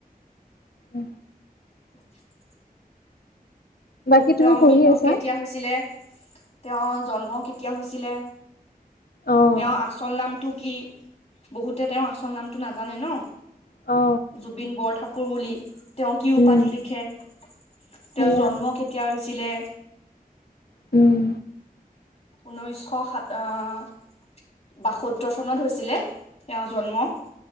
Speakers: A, on the left; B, on the left.
A: অ।
B: <inaudible>
A: বাকী
B: তেওঁৰ
A: তুমি পঢ়ি
B: মৃত্যু
A: আছা?
B: কেতিয়া হৈছিলে, তেওঁৰ জন্ম কেতিয়া হৈছিলে?
A: অ',
B: তেওঁৰ আচল নামটো কি? বহুতে তেওঁৰ আচল নামটো নাজানে ন?
A: অ।
B: জুবিন বৰঠাকুৰ বুলি, তেওঁ কি উপাধি
A: উম,
B: লিখে? তেওঁ
A: সেয়া
B: জন্ম কেত - তিয়া হৈছিলে?
A: উম।
B: ঊনৈশ শ সাত আহ বাসত্তৰ চনত হৈছিলে তেওঁৰ জন্ম।